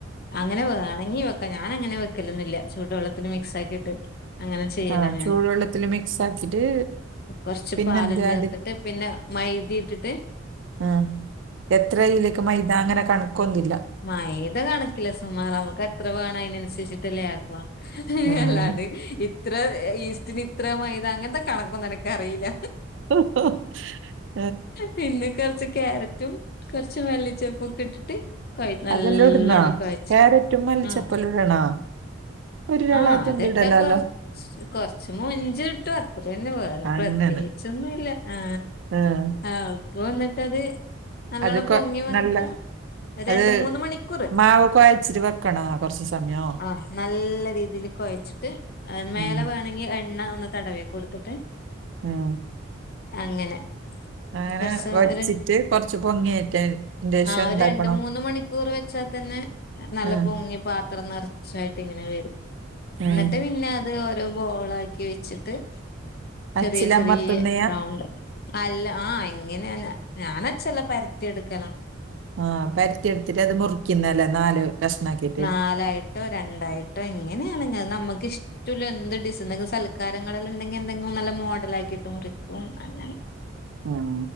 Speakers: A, on the left; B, on the right.
A: അങ്ങനെ വേണെങ്കി വെക്കാം ഞാനങ്ങനെ വെക്കലൊന്നില്ല ചൂട് വെള്ളത്തിൽ മിക്സ് ആക്കിയിട്ട് അങ്ങനെ ചെയ്യല
B: ആഹ്
A: ഞാന്
B: ചൂടുവെള്ളത്തില് മിക്സ് ആക്കിട്ട്
A: കൊറച്ച്
B: പിന്നെന്താ
A: പാല ചേർത്തിട്ട്
B: അത്
A: പിന്നെ മൈദെ ഇട്ടിട്ട്
B: ആഹ് എത്രെ ഇയ്ലേക്ക് മൈദാ അങ്ങനെ കണക്കൊന്നുല്ല
A: മൈദത കണക്കില്ല സുമാറാ നമക്കെത്ര വേണം അയ്നൻ ഷിചിട്ടല്ലേ ആക്ക്വ
B: ആഹ്
A: അല്ലാണ്ട് ഇത്ര ഈസ്റ്റിന് ഇത്ര മൈദ അങ്ങൻത്തെ കണക്കൊന്നെനക്ക് അറീല്ല
B: ഓഹ്
A: പിന്നെ കൊർച്ച് ക്യാരറ്റും കൊർച്ച് മല്ലിച്ചപ്പൊക്കെട്ടിട്ട് കൊയ് നല്ലൊണ്ണം
B: അതെല്ലാം ഇടുന്നാ
A: കൊയ്ച്ചിട്ട്
B: ക്യാരറ്റും മല്ലിച്ചപ്പലും
A: ആഹ്
B: ഇടണോ ഒരാള്
A: ആ
B: അതൊന്നും
A: അതിട്ട
B: ഇടലാലോ
A: കൊറച്ച് കൊറച്ച് മൊഞ്ച്കിട്ടും അത്ര തന്നെ വേറെ
B: അങ്ങനെ
A: പ്രത്യേകിച്ച് പച്ചൊന്നുംല്ല ആ
B: ആഹ്
A: ആഹ് ഇപ്പ വന്നിട്ടത് നല്ലോണം
B: അത് കൊ
A: പൊങ്ങി വന്ത
B: നല്ല
A: രണ്ട്
B: അത്
A: മൂന്ന് മണിക്കൂർമതി
B: മാവ് കൊഴച്ചിട്ട് വെക്കണോ കൊറച്ച് സമയോ
A: ആ നല്ല രീതിൽ കുഴച്ചി ട്ട് മേലെ
B: ഉം
A: വേണമെങ്കി എണ്ണ ഒന്ന് തടവി കൊടുത്തിട്ട്
B: ആഹ്
A: അങ്ങനെ
B: അങ്ങനെ
A: കുറച്ച ആ
B: വച്ചിട്ട്
A: ഒരു
B: കുറച്ച് പൊങ്ങിയതിന്റെ ശേഷം
A: ആഹ്
B: എന്താക്കണം
A: രണ്ട് മൂന്ന് മണിക്കൂറ് വെച്ചാ തന്നെ നല്ല
B: ഉം,
A: പൊങ്ങി പാത്രം നിറ ചായിട്ട് ഇങ്ങനെ വരും
B: ഉം.
A: എന്നിട്ട് പിന്നെ അത് ഓരോ ബോളാക്കി വെച്ചിട്ട് ചെറിയ
B: അച്ചിലമ്മർത്ത്ന്നെ
A: ചെറിയ റൗണ്ട് അല്ല ആഹ് ഇങ്ങനെയ ഞാനച്ചല്ല പരത്തി എടുക്കണം
B: ആഹ് പരത്തി എടുത്തിട്ട് അത് മുറിക്കുന്നല്ലേ നാല് കഷ്ണക്കിട്ട്
A: നാലായിട്ട് ട്ടോ രണ്ടായിട്ടോ എങ്ങനെയാണെ നമുക്ക് ഇഷ് എന്ത് ഡിസ എന്തെങ്കിലും സൽക്കാരങ്ങൾ ഉണ്ടെങ്കിൽ എന്തെങ്കിലും നല്ല മോഡൽ ആക്കിയിട്ട് മുറിക്കും അങ്ങനെ
B: ഉം.